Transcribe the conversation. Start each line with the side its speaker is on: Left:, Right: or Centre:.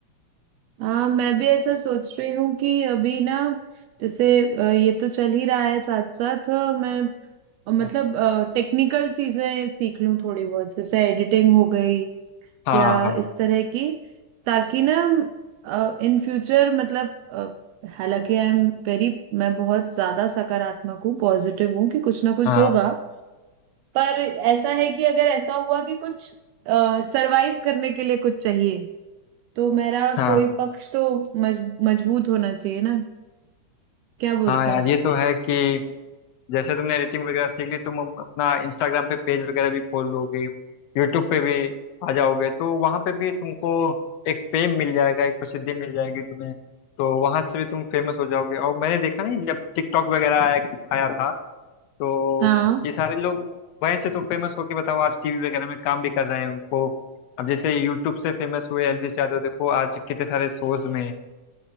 Right: हाँ मैं भी ऐसा सोच रही हूँ कि अभी ना जैसे अ, ये तो चल ही रहा है साथ साथ मैं अ, मतलब
Left: हाँ
Right: टेक्निकल चीजें सीख लूँ थोड़ी बहुत जैसे एडिटिंग हो गई
Left: हाँ
Right: या इस तरह की ताकि ना इन फ्यूचर मतलब अ, हालांकि आई एम वेरी मैं बहुत ज्यादा सकारात्मक हूँ पॉजिटिव हूँ कि कुछ ना कुछ
Left: हाँ
Right: होगा
Left: हाँ
Right: पर ऐसा है कि अगर ऐसा हुआ कि कुछ सरवाइव करने के लिए कुछ चाहिए तो मेरा
Left: हाँ
Right: कोई पक्ष तो मज, मजबूत होना चाहिए ना क्या बोलता
Left: हाँ यार
Right: है
Left: ये तो है कि जैसे तुमने एडिटिंग वगैरह सीख ली तुम अपना इंस्टाग्राम पे पेज वगैरह भी खोल लोगे यूट्यूब पे भी आ जाओगे तो वहां पे भी तुमको एक फेम मिल जाएगा एक प्रसिद्धि मिल जाएगी तुम्हें तो वहां से भी तुम फेमस हो जाओगे और मैंने देखा नहीं जब टिकटॉक वगैरह आया आया था तो
Right: हाँ
Left: ये सारे लोग वहीं से तो फेमस होके बताओ आज टीवी वगैरह में काम भी कर रहे हैं उनको अब जैसे यूट्यूब से फेमस हुए एलवीस यादव देखो आज कितने सारे शोज में है